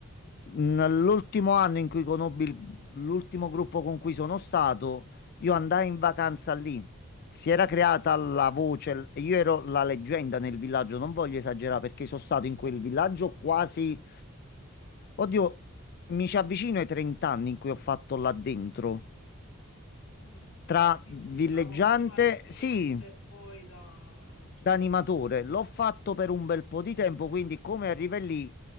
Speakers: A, on the left (about 45°); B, on the left (about 85°).
A: Nell'ultimo anno in cui conobbi il- l'ultimo gruppo con cui sono stato, io andai in vacanza lì. Si era creata la voce, e io ero la leggenda nel villaggio, non voglio esagerare perché sono stato in quel villaggio quasi, oddio, mi ci avvicino ai 30 anni in cui ho fatto là dentro.
B: Mm.
A: Tra
B: Quindi
A: villeggiante,
B: diciamo prima da cliente
A: sì,
B: e poi da, diciamo
A: da animatore,
B: così, animatore.
A: l'ho fatto per un bel po' di tempo, quindi come arriva lì